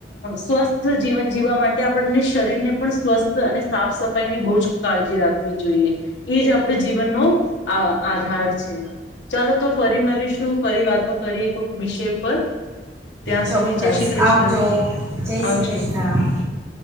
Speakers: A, on the left (about 75°); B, on the right (about 20°).
A: સ્વસ્થ જીવન જીવા માટે આપણને શરીર ને પણ સ્વસ્થ અને સાફ સફાઈ ની બહુ જ કાળજી રાખવી જોઈએ એ જ આપ પણ જીવનનો આ આધાર છે. ચાલો તો ફરી મળીશું ફરી વાતો કરીએ કોઈક વિષય પર ત્યાં
B: ચોક્કસ
A: સુધી જય શ્રી કૃષ્ણ.
B: આવજો જય શ્રી
A: આવજો
B: કૃષ્ણ!